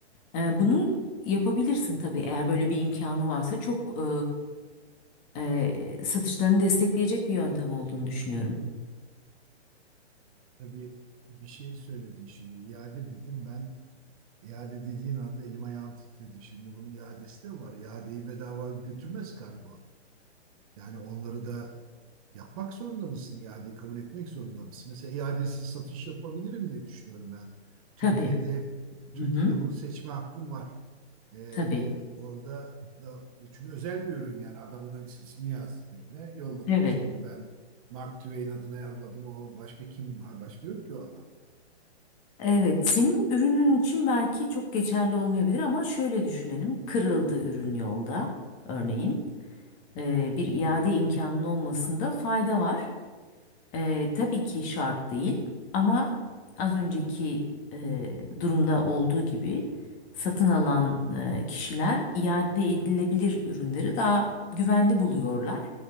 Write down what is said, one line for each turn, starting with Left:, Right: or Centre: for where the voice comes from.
Left: Ee, bunu yapabilirsin tabii eğer böyle bir imkanı varsa çok e, e, satışlarını destekleyecek bir yöntem olduğunu düşünüyorum.
Right: Tabii bir şey söyledin şimdi. İade dedim ben. iade dediğin anda elim ayağım titredi. Şimdi bunun iadesi de var. İadeyi bedava götürmez kargo. Yani onları da Yapmak zorunda mısın? İadeyi kabul etmek zorunda mısın? Mesela iadesiz satış yapabilirim diye düşünüyorum ben. Türkiye'de
Left: Tabii.
Right: Türkiye'de
Left: Hı hı.
Right: bunu seçme hakkım var. Ee,
Left: Tabii.
Right: orada da çünkü özel bir ürün yani adamın da is- ismini yazdım birine yolladım.
Left: Evet.
Right: Şimdi ben Mark Twain adına yolladım. O başka kim? Ha, başka yok ki o adam.
Left: Evet, senin ürünün için belki çok geçerli olmayabilir ama şöyle düşünelim. Kırıldı ürün yolda örneğin. Ee, bir iade imkanının olmasında fayda var. Ee, tabii ki şart değil ama az önceki e, durumda olduğu gibi satın alan e, kişiler iade edilebilir ürünleri daha güvenli buluyorlar.